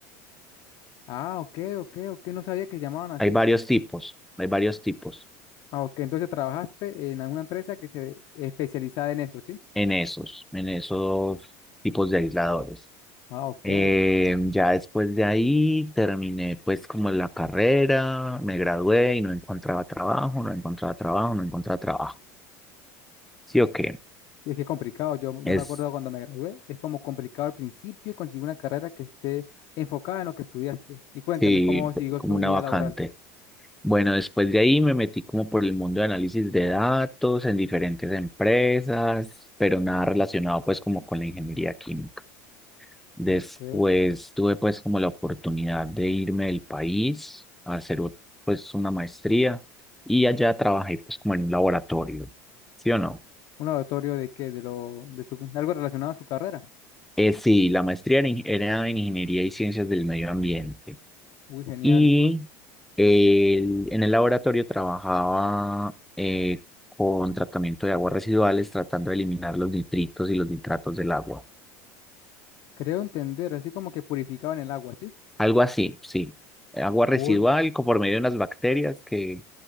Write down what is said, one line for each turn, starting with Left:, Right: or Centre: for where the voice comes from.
Left: ah, ok, ok, ok, no sabía que llamaban así.
Centre: Hay varios tipos, hay varios tipos
Left: Ah, ok, entonces trabajaste en alguna empresa que se especializaba en eso, ¿sí?
Centre: en esos, en esos tipos de aisladores.
Left: Ah, ok.
Centre: Eh, ya después de ahí terminé pues como la carrera, me gradué y no encontraba trabajo, no encontraba trabajo, no encontraba trabajo. Sí o qué,
Left: Sí, es que es complicado. Yo, yo
Centre: es
Left: me acuerdo cuando me gradué, es como complicado al principio conseguir una carrera que esté enfocada en lo que estudiaste. Y cuéntame,
Centre: sí,
Left: ¿cómo siguió
Centre: como
Left: su
Centre: una
Left: vida
Centre: vacante.
Left: laboral?
Centre: Bueno, después de ahí me metí como por el mundo de análisis de datos en diferentes empresas, pero nada relacionado pues como con la ingeniería química. Después
Left: Ok.
Centre: tuve pues como la oportunidad de irme del país a hacer o- pues una maestría y allá trabajé pues como en un laboratorio, ¿sí o no?
Left: Un laboratorio de qué, de lo, de su, algo relacionado a su carrera.
Centre: Eh, sí, la maestría era, en era en Ingeniería y Ciencias del Medio Ambiente
Left: Uy, genial.
Centre: y el- en el laboratorio trabajaba eh, con tratamiento de aguas residuales tratando de eliminar los nitritos y los nitratos del agua.
Left: Creo entender, así como que purificaban el agua, ¿sí?
Centre: Algo así, sí. Agua residual
Left: Cool.
Centre: co- por medio de unas bacterias que